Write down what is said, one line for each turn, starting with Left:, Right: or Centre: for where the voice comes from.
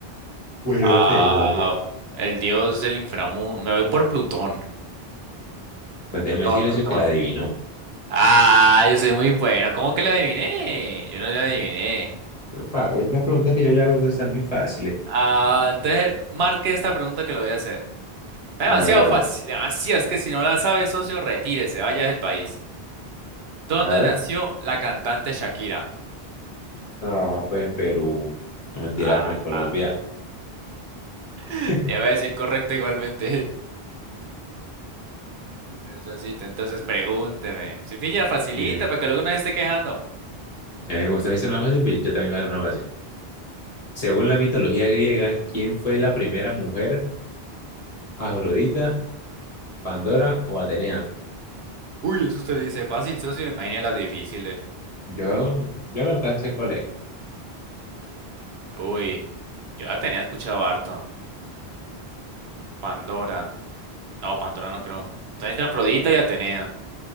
Left: Pues
Right: Ah,
Left: no sé, no sé.
Right: el dios del inframundo. Me voy por Plutón.
Left: Pues déjeme
Right: Plutón,
Left: decirle
Right: Plutón.
Left: eso que la adivinó.
Right: Ah, yo soy muy bueno. ¿Cómo que la adiviné? Yo no la adiviné.
Left: Pues, fa- Es una pregunta que yo le hago, ustedes están muy fáciles.
Right: Ah, entonces marque esta pregunta que le voy a hacer. Está
Left: Hágale,
Right: demasiado
Left: A
Right: fácil,
Left: ver,
Right: demasiado. Es que si no la sabe, socio, retírese, vaya del país. ¿Dónde
Left: a ver.
Right: nació la cantante Shakira?
Left: No, pues en Perú. No mentira,
Right: Ah,
Left: pues en Colombia.
Right: <laughs>
Left: <laughs>
Right: le voy a decir correcto igualmente. Precisito, entonces pregúnteme. Si pilla, facilita
Left: Mira,
Right: para que luego no se esté quejando.
Left: Eh, como usted me hizo una fácil, bien, yo también le voy a dar una fácil. Según la mitología griega, ¿quién fue la primera mujer? ¿Afrodita, Pandora o Atenea?
Right: Uy, eso usted le dice fácil, socio. Imagine las difíciles.
Left: Yo, yo la verdad sé cuál es.
Right: Uy, yo la tenía escuchado harto. Pandora. No, Pandora no creo. Entonces entre Afrodita y Atenea.